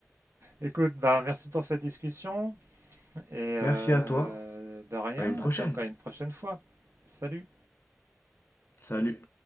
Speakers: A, on the right (about 85°); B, on the left (about 60°).
A: Écoute, bah merci pour cette discussion et euh,
B: Merci à toi.
A: de rien.
B: À une prochaine.
A: Donc à une prochaine fois. Salut.
B: Salut.